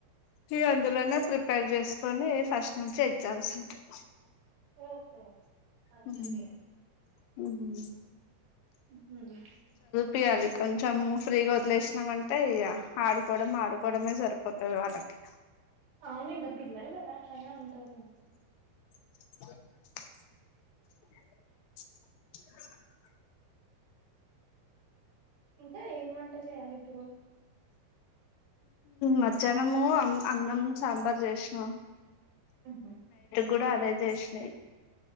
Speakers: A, on the left; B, on the right.
A: ఇ అందులోనే ప్రిపేర్ చేసుకొని ఫస్ట్ నుంచి ఎగ్జామ్స్ ఉంటాయి
B: ఓహో మంచిదే.
A: మ్మ్ మ్మ్
B: మ్మ్ హ్మ్
A: ప్యాలకు కొంచమ్ము ఫ్రీ గా వద్లేస్నాం అను అంతే ఇగా ఆడుకోవడం ఆడుకోవడమే సరిపోతది వాళ్ళకి
B: అవును ఇంగా పిల్లలు కదా అట్లానే ఉంటారండి
A: అ <inaudible>
B: ఇంకా ఏం వంట చేయాలి ఇప్పుడు
A: మధ్యనము అన్నం సాంబార్ చేశ్న
B: ఉహు
A: కూడా అదే చేసినాయి